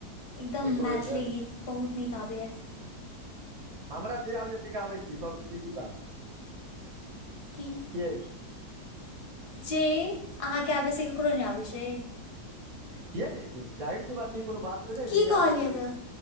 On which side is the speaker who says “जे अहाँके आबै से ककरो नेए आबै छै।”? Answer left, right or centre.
Left